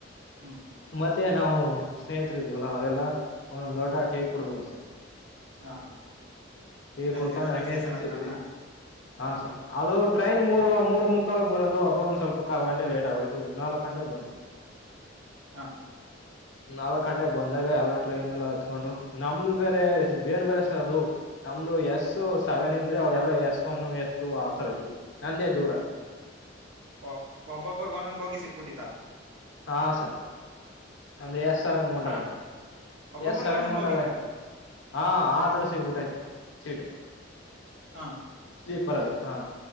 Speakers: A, on the right (about 80°); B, on the left (about 70°).
A: ಹ್ಮ.
B: ಮತ್ತೆ ನಾವು ಸ್ನೇಹಿತರ ಇದ್ವಲ್ಲ ಅವೆಲ್ಲ ಒ ಒದ್ ಲೋಟಾ ಟೀ ಕುಡ್ವ
A: ಹಾ
B: ಟೀ
A: ಎಲ್ಲಿ
B: ಕುಡ್ಕೊಂಡು
A: ರೈಲ್ವೆ
B: ಹಂಗೆ
A: ಸ್ಟೇಷನ್
B: ನಿಂತಿದವಿ
A: ಹತ್ರನಾ
B: ಹಾ
A: ಹ್ಮ್
B: ಸರ್ ಅದು ಟ್ರೈನ್ ಮೂರ್
A: ಹ್ಮ್
B: ಮೂರು ಮುಕ್ಕಾಲಕ್ ಬರೋದು ಅದು ಒಂದು ಸ್ವಲ್ಪ ಕಾಲ್ ಗಂಟೆ ಲೇಟ್ ಆಗೋಯ್ತು ನಾಲ್ಕ್ ಗಂಟೆಗ್ ಬಂತು. <inaudible>
A: ಹಾ.
B: ನಾಲ್ಕ್ ಗಂಟೆಗೆ ಬಂದಾಗ ಎಲ್ಲ ಟ್ರೈನ್ ಎಲ್ಲ ಕತ್ಕೊಂಡು ನಮ್ದು ಬೇರೆ ಬೇರೆ ಬೇರೆ ಸ ಅದು. ನಮ್ದು ಎಸ್ ಸೆವೆನ್ ಇದ್ರೆ ಅವ್ರಲ್ಲ ಎಸ್ ಒನ್ ಎಸ್ ಟು ಆತರ ಇದು ನಂದೇ ದೂರ.
A: ಒ ಒಬ್ಬೊಬ್ಬರ್ಗ ಒಂದೊಂದು ಭೋಗಿ ಸಿಕ್ಬಿಟ್ಟಿತಾ?
B: ಹಾ ಸರ್. ನಂದು ಎಸ್ ಸೆವೆನ್ ಗೊಂಟಾಗೈತಿ
A: ಹಾ ಒಬ್ಬೊಬ್ಬರ್ಗ
B: ಎಸ್ ಸೆವೆನ್
A: ಒಂದೊಂದ್
B: ಗೊಂಟಾಗೈತೆ.
A: ಬೋಗಿನಾ
B: ಹಾ ಆ ತರ ಸಿಗ್ಬಿಟ್ಟೈತೆ ಸೀಟು.
A: ಹಾ.
B: ಸ್ಲೀಪರ್ ಅಲ್ಲಿ ಹಾ